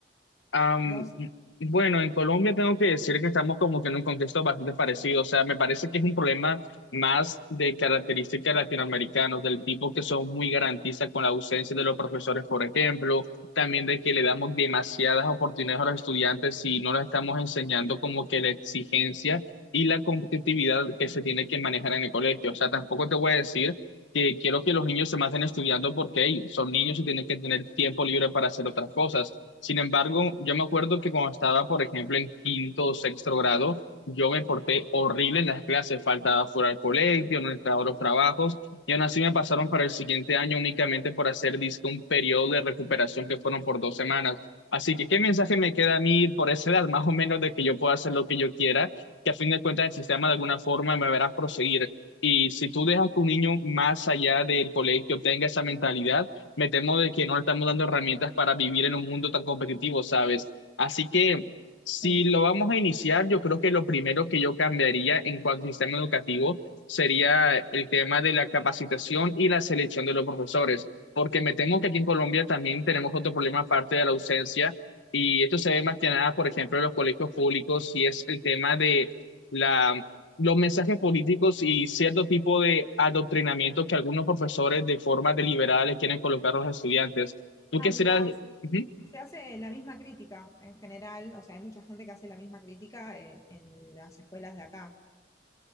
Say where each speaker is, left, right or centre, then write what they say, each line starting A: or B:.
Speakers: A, on the left (about 85°); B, on the left (about 15°).
A: Am,
B: Vos,
A: bueno, en Colombia tengo que decir que estamos como que en un contexto bastante parecido. O sea, me parece que es un problema más de características latinoamericanos, del tipo que son muy garantistas con la ausencia de los profesores, por ejemplo. También de que le damos demasiadas oportunidades a los estudiantes si no les estamos enseñando como que la exigencia y la competitividad que se tiene que manejar en el colegio. O sea, tampoco te voy a decir que quiero que los niños se maten estudiando porque hey, son niños y tienen que tener tiempo libre para hacer otras cosas. Sin embargo, yo me acuerdo que cuando estaba, por ejemplo, en quinto o sexto grado, yo me porté horrible en las clases, faltaba fuera al colegio, no entraba a los trabajos, y aún así me pasaron para el siguiente año únicamente por hacer, dizque, un periodo de recuperación que fueron por dos semanas. Así que, ¿qué mensaje me queda a mí por esa edad, <laughs> más o menos, de que yo pueda hacer lo que yo quiera, que a fin de cuentas el sistema de alguna forma me verá proseguir? Y si tú dejas que un niño más allá del colegio tenga esa mentalidad, me temo de que no le estamos dando herramientas para vivir en un mundo tan competitivo, ¿sabes? Así que si
B: sí.
A: lo vamos a iniciar, yo creo que lo primero que yo cambiaría en cuanto al sistema educativo sería el tema de la capacitación y la selección de los profesores, porque me temo que aquí en Colombia también tenemos otro problema aparte de la ausencia, y esto se ve más que nada, por ejemplo, en los colegios públicos, y es el tema de la los mensajes políticos y cierto tipo de adoctrinamiento que algunos profesores de forma deliberada les quieren colocar a los estudiantes. Tú
B: Ah,
A: quisieras,
B: mira, sí.
A: Ujú,
B: Se hace la misma crítica en general, o sea, hay mucha gente que hace la misma crítica en, en las escuelas de acá.